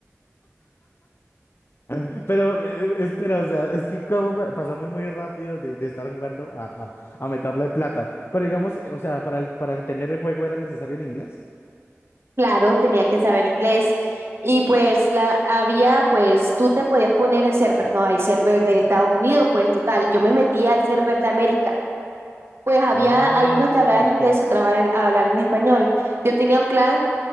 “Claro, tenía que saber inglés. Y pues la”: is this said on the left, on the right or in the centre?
Right